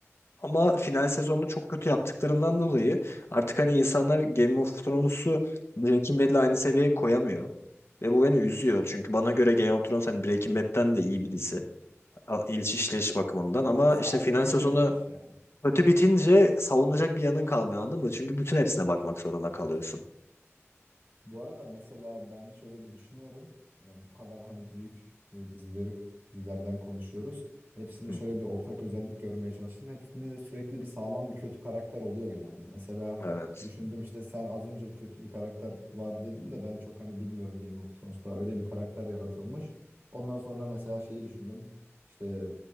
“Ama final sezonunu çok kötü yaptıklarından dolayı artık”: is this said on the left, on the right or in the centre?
Left